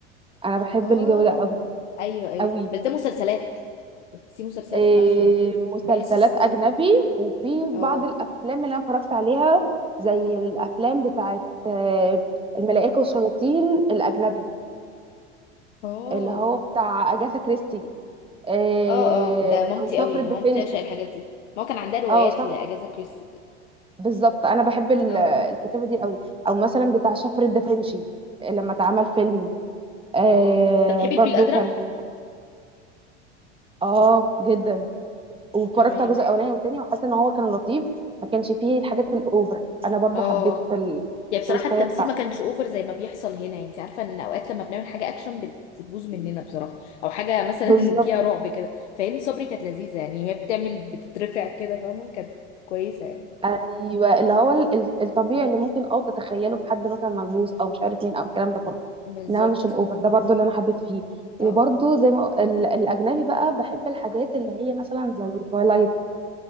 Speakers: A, on the right; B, on the left.
A: انا بحب
B: اه
A: الجو ده قوي
B: ايوه ايوه
A: قوي
B: بس ده مسلسلات بس في مسلسلات
A: إيه،
B: في نفسه
A: مسلسلات
B: بحس
A: أجنبي وفي بعض
B: اه
A: الأفلام اللي أنا اتفرجت عليها زي الأفلام بتاعت آه، الملائكة والشياطين الأجنبي
B: اه
A: اللي هو بتاع أجاثا كريستي إيه،
B: اه اه ده مامتي
A: أو شفرة
B: قوي
A: دافنشي
B: مامتي عشان الحاجات دي ما كان عندها روايات
A: اه شفرة
B: لاجازا كريستي كده.
A: بالظبط أنا بحب ال-
B: اه
A: الكتابة دي قوي أو مثلا بتاع شفرة دافنشي لما اتعمل فيلم آه
B: اه طب بتحبي
A: برضو
B: الفيل الازرق
A: كان اه جدا واتفرجت
B: اه يا
A: على الجزء
B: مح-
A: الاولاني والتاني وحاسه ان هو كان لطيف ما كانش فيه الحاجات الاوفر انا برضو
B: اه
A: حبيت ال-
B: يعني
A: التويستايه
B: بصراحه التمثيل
A: بتاعته
B: ما كانش اوفر زي ما بيحصل هنا انت عارفه ان اوقات لما بنعمل حاجه اكشن بتبوظ مننا بصراحه او حاجه مثلا
A: بالظبط
B: <laughs> فيها رعب كده فهند صبري كانت لذيذه يعني هي بتعمل بتترفع كده فاهمه كانت كويسه يعني
A: ايوه اللي هو ال- ال- الطبيعي اللي ممكن اه تتخيله في حد مثلا ملبوس او مش عارف مين او الكلام ده كله
B: م- بالظبط
A: انما مش الاوفر ده برضو اللي انا حبيت فيه وبرضو
B: اه
A: زي ما ال- الاجنبي بقى بحب الحاجات اللي هي مثلا زي تويلايت